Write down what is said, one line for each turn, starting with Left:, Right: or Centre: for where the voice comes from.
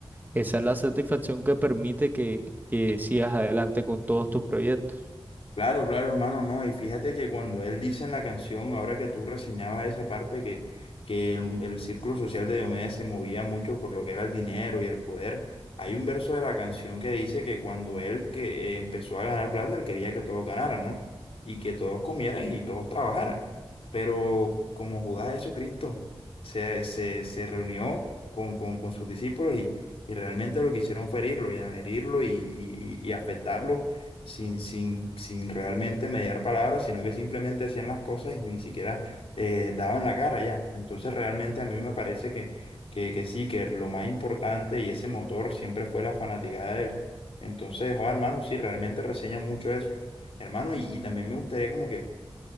Right: esa es la satisfacción que permite que, que sigas adelante con todos tus proyectos.
Left: Claro, claro, hermano, no. Y fíjate que cuando él dice en la canción, ahora que tú reseñabas esa parte, que, que el, el círculo social de Diomedes se movía mucho por lo que era el dinero y el poder, hay un verso de la canción que dice que cuando él que eh, empezó a ganar plata, él quería que todos ganaran, ¿no? Y que todos comieran y todos trabajaran. Pero como Judas Jesucristo se, se, se reunió con, con, con sus discípulos y, y realmente lo que hicieron fue herirlo, ya, herirlo y, y, y y afectarlo sin, sin, sin realmente mediar palabras, sino que simplemente hacían las cosas y ni siquiera eh, daban la cara ya. Entonces realmente a mí me parece que, que, que sí, que lo más importante y ese motor siempre fue la fanaticada de él. Entonces, oh, hermano, sí, realmente reseña mucho eso. Hermano, y, y también me gustaría como que